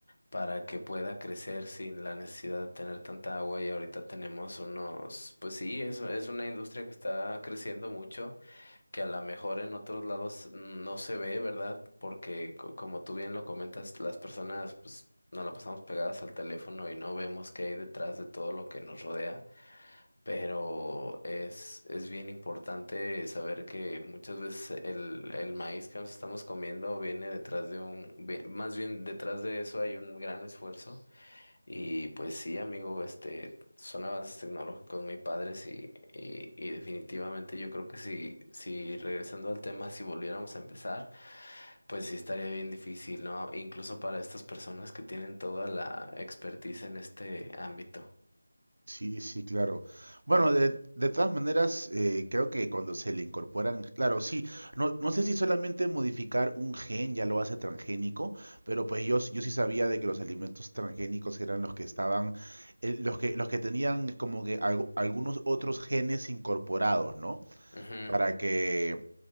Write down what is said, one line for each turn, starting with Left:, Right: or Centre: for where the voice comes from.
Left: para que pueda crecer sin la necesidad de tener tanta agua y ahorita tenemos unos, pues sí, eso es una industria que está creciendo mucho que a lo mejor en otros lados no se ve, ¿verdad? Porque co- como tú bien lo comentas, las personas pues nos la pasamos pegadas al teléfono y no vemos qué hay detrás de todo lo que nos rodea. Pero es, es bien importante saber que muchas veces el, el maíz que nos estamos comiendo viene detrás de un, vi- más bien detrás de eso hay un gran esfuerzo y pues sí, amigo, este, son avances tecnológicos muy padres y, y, y definitivamente yo creo que si, si regresando al tema, si volviéramos a empezar, pues sí estaría bien difícil, ¿no? Incluso para estas personas que tienen toda la expertise en este ámbito.
Right: Sí, sí, claro. Bueno, de, de todas maneras, eh, creo que cuando se le incorporan, claro, sí, no, no sé si solamente modificar un gen ya lo hace transgénico, pero pues yo, s- yo sí sabía de que los alimentos transgénicos eran los que estaban, eh, los que, los que tenían como que algo- algunos otros genes incorporados, ¿no?
Left: Ujú,
Right: Para que